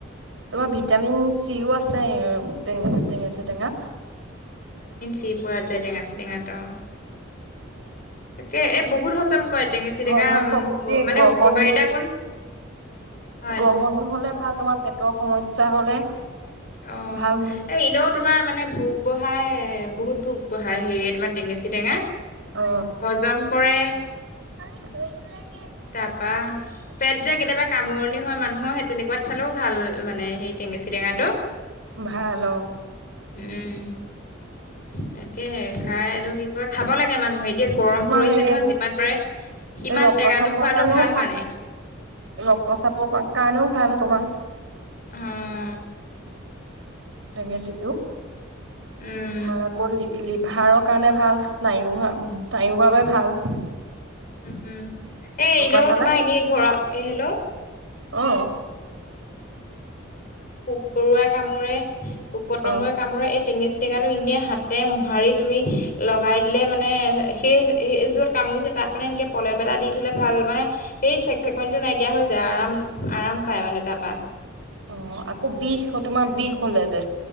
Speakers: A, on the right; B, on the left.
A: তোমাৰ ভিটামিন চিও আছে। তেঙ টেঙেচি টেঙা।
B: টি পোৱা যায় টেঙা চিটেঙাতো অ, তাকে এই বহুত হজম কৰে। টেঙাচি
A: হজম
B: টেঙা
A: শক্তি
B: মানে
A: গ্ৰহণী
B: উপকাৰিতা গুণ। হয়।
A: গ্ৰহণ হলে ভাল তোমাৰ পেটৰ সমস্যা হ'লে।
B: অ
A: ভাল
B: এ এনেও তোমাৰ মানে ভোক ব ঢ়াই বহুত ভোক বঢ়াই হেৰি তোমাৰ টেঙেচি টেঙা
A: অ
B: হজম কৰে
A: <unintelligible>
B: তাৰপা পেট যে কেতিয়াবা কামোৰণি হয় মানুহৰ সেই তেনেকুৱাত খালেও ভাল মানে সেই টেঙেচি টেঙাটো
A: ভাল অঁ
B: উম তাকেহে খাই এইটো কি কয় খাব লাগে মানুহইত এতিয়া গৰম
A: তোমাৰ
B: পৰিছে
A: হেৰিয়ে
B: নহয় যিমান পাৰে সিমান
A: এই ৰক্তচাপৰ
B: টেঙাটো খোৱাটো
A: কাৰণেও
B: ভাল মানে
A: ৰক্তচাপৰ কাৰণেও ভাল তোমাৰ
B: অহ
A: টেঙেচিটো
B: উম।
A: তোমাৰ আকৌ লি লিভাৰৰ কাৰণে ভালচ তায়ো ভামচ্
B: উম।
A: তায়ো বাবে ভাল
B: উম এ
A: গম
B: এনেও
A: পাইছানে?
B: তোমাৰ এনেই ঘ এ হেল্ল'
A: অ
B: পৰুৱা কামোৰে পোক পতংগই
A: অ'।
B: কামোৰে এই টেঙিচি টেঙাটো এনেই হাতে মোহাৰি তুমি লগাই দিলে মানে সে সে য'ত কামুৰিছো তাত মানে এনকে পলেপ এটা দি থ'লে ভাল মানে সেই চেক চেকনিটো নাইকিয়া হৈ যায় আৰাম আৰাম পায় মানে তাৰপা।
A: অ আকৌ বিষ তোমাৰ বিষ হলে যে